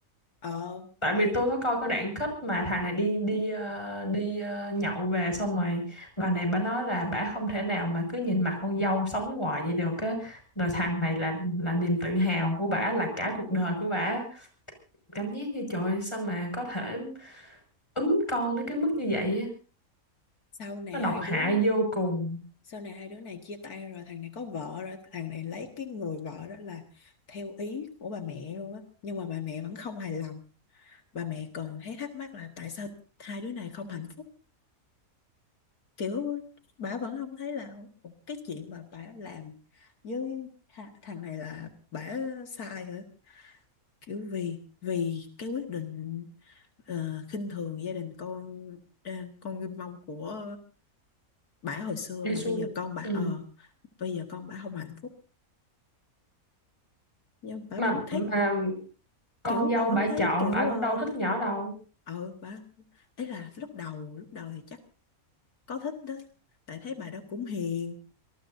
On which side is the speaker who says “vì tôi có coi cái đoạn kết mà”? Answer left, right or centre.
Left